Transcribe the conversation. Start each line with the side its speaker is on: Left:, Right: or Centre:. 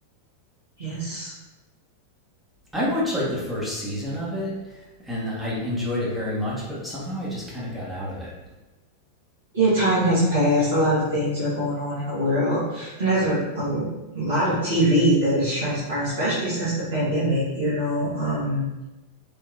Right: Yes.
Centre: I watched like the first season of it and I enjoyed it very much, but somehow I just kind of got out of it.
Right: Yeah, time has passed. A lot of things are going on in the world. And there's a, a lot of TV that is transpiring, especially since the pandemic, you know. Um